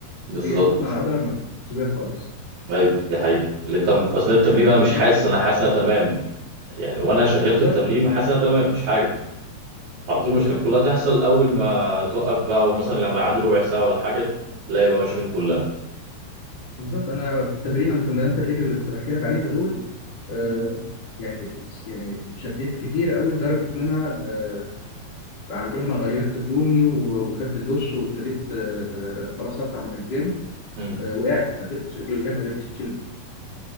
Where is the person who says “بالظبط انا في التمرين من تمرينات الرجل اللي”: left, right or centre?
Left